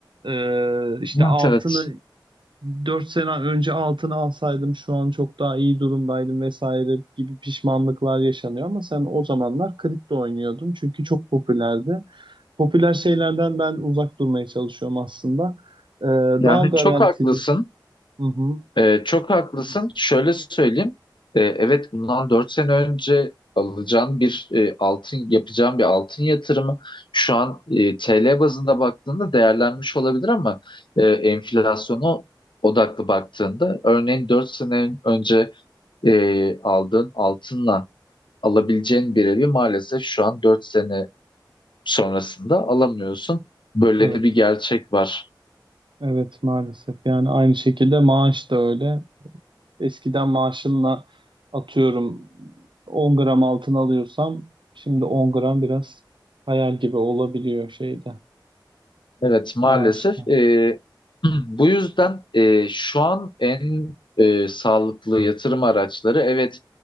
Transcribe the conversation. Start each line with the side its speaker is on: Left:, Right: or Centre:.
Right: E, işte
Left: Evet
Right: altını
Left: evet.
Right: 4 sene önce altını alsaydım şu an çok daha iyi durumdaydım vesaire gibi pişmanlıklar yaşanıyor ama sen o zamanlar kripto oynuyordun çünkü çok popülerdi. Popüler şeylerden ben uzak durmaya çalışıyorum aslında. Ee,
Left: Yani
Right: daha garanti
Left: çok haklısın.
Right: bir. Hı hı.
Left: Ee, çok haklısın. Şöyle söyleyeyim. Ee, evet bundan 4 sene önce alacağın bir e, altın yapacağın bir altın yatırımı şu an e, TL bazında baktığında değerlenmiş olabilir ama e, enflasyona odaklı baktığında örneğin 4 sene önce e, aldığın altınla alabileceğin bir evi maalesef şu an 4 sene sonrasında alamıyorsun. Böyle
Right: Evet,
Left: de bir gerçek var.
Right: evet maalesef. Yani aynı şekilde maaş da öyle. Eskiden maaşımla atıyorum 10 gram altın alıyorsam şimdi 10 gram biraz hayal gibi olabiliyor şeyde
Left: Evet maalesef
Right: maaşta.
Left: e, <clears throat> bu yüzden e, şu an en e, sağlıklı yatırım araçları evet